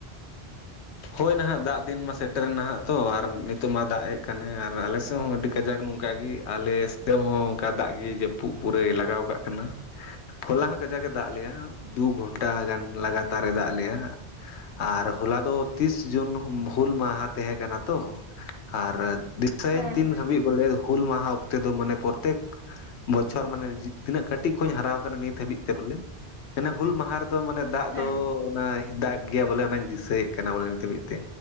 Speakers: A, on the left; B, on the right.
A: ᱦᱳᱭ ᱱᱟᱦᱟᱜ ᱫᱟᱜ ᱫᱤᱱ ᱢᱟ ᱥᱮᱴᱮᱨᱮ ᱱᱟᱦᱟᱜ ᱛᱚ ᱟᱨ ᱱᱤᱛᱚᱜ ᱢᱟ ᱫᱟᱜ ᱮᱜ ᱠᱟᱱᱟᱮ ᱟᱨ ᱟᱞᱮ ᱥᱮᱫ ᱦᱚᱸ ᱟᱹᱰᱤ ᱠᱟᱡᱟᱠ ᱱᱚᱝᱠᱟ ᱚᱱᱠᱟᱜ ᱜᱮ ᱟᱞᱮ ᱫᱤᱥᱚᱢ ᱦᱚᱸ ᱚᱱᱠᱟ ᱫᱟᱜ ᱜᱮ ᱡᱟᱹᱯᱩᱫ ᱯᱩᱨᱟᱹᱭ ᱞᱟᱜᱟᱣ ᱠᱟᱜ ᱠᱟᱱᱟ ᱦᱚᱞᱟ ᱠᱟᱡᱟᱠ ᱮ ᱫᱟᱜ ᱞᱮᱭᱟ ᱫᱩ ᱜᱷᱚᱱᱴᱟ ᱜᱟᱱ ᱞᱟᱜᱟᱛᱟᱨ ᱮ ᱫᱟᱜ ᱞᱮᱭᱟ ᱟᱨ ᱦᱚᱞᱟ ᱫᱚ ᱛᱤᱥ ᱡᱩᱱ ᱦᱩᱞ ᱢᱟᱦᱟ ᱛᱟᱦᱮᱸ ᱠᱟᱱᱟ ᱛᱚ ᱟᱨ ᱫᱤᱥᱟᱹᱭᱧ
B: ᱦᱮᱸ
A: ᱛᱤᱱ
B: ᱦᱮᱸ
A: ᱫᱷᱟᱹᱵᱤᱡ ᱵᱚᱞᱮ ᱦᱩᱞ ᱢᱟᱦᱟ ᱚᱠᱛᱮ ᱫᱚ ᱢᱟᱱᱮ ᱯᱨᱚᱛᱮᱠ ᱵᱚᱪᱷᱚᱨ ᱢᱟᱱᱮ ᱛᱤᱱᱟᱹᱜ ᱠᱟᱹᱴᱤᱡ ᱠᱷᱚᱧ ᱦᱟᱨᱟᱣ ᱟᱠᱟᱱᱟ ᱱᱤᱛ ᱦᱟᱹᱵᱤᱡ ᱛᱮ ᱵᱚᱞᱮ ᱦᱩᱞ ᱢᱟᱦᱟ ᱨᱮᱫᱚ ᱫᱚ ᱢᱟᱱᱮ ᱫᱟᱜ
B: ᱦᱮᱸ
A: ᱫᱚ ᱚᱱᱟ ᱫᱟᱜᱽ ᱜᱮᱭᱟ ᱵᱚᱞᱮ ᱚᱱᱟᱧ ᱫᱤᱥᱟᱹᱭ ᱵᱚᱞᱮ ᱱᱤᱛ ᱢᱤᱫ ᱛᱮ